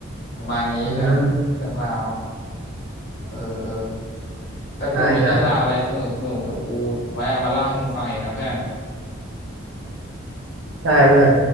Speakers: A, on the left; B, on the right.
A: ประมาณนี้เพื่อนเรื่องราว
B: อืม
A: เออเออ ถ้ากูมีเรื่องราวอะไรสนุกสนุกเดี๋ยวกูไว้เอามาเล่าให้มึงฟังเองนะเพื่อน
B: ได้ได้ได้เพื่อน